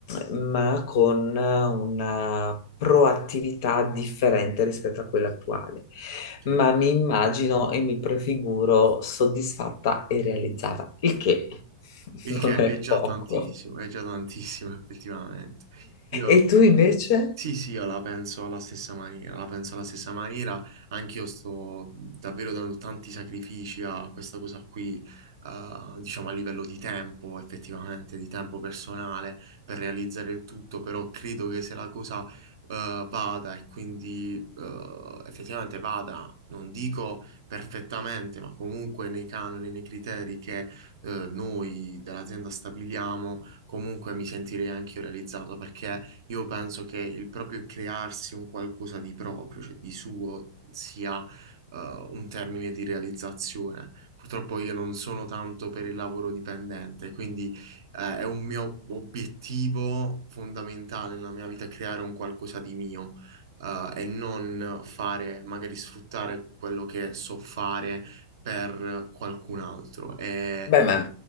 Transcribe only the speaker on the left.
ma con una proattività differente rispetto a quella attuale.
Ma mi immagino e mi prefiguro soddisfatta e realizzata, il che <laughs>
non è
poco.
E tu invece?
Beh, ma